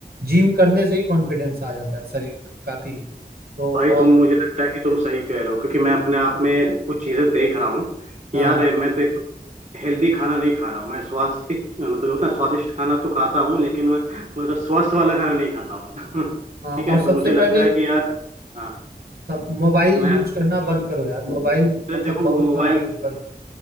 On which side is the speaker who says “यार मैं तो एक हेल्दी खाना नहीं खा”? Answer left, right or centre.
Right